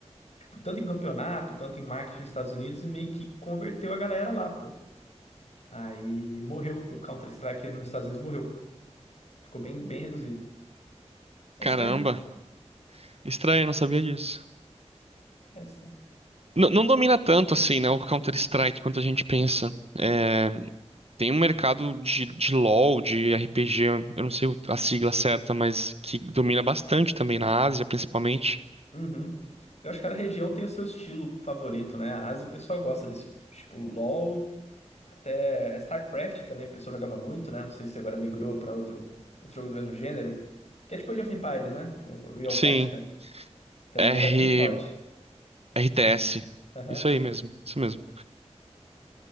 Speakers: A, on the left; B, on the right.
A: tipo, tanto em campeonato quanto em marketing nos Estados Unidos e meio que converteu a galera lá, pô. Aí morreu. O Counter-Strike nos Estados Unidos morreu. Ficou bem, bem reduzido. É
B: Caramba.
A: estranho, né?
B: Estranho, eu não sabia disso.
A: É estranho.
B: N- não domina tanto assim, né, o Counter-Strike quanto a gente pensa. É, tem um mercado de, de LoL, de RPG, eu não sei o- a sigla certa, mas que domina bastante também na Ásia, principalmente.
A: Uhum. Eu acho que cada região tem o seu estilo favorito, né? A Ásia, o pessoal gosta desse tipo LoL, até StarCraft também o pessoal jogava muito, né? Não sei se agora migrou para outro, outro jogo do mesmo gênero, que é tipo Age of Empires, né? O Real
B: Sim,
A: Time Strategy. Também
B: R,
A: era bem forte.
B: RTS.
A: Aham.
B: Isso aí mesmo, isso mesmo.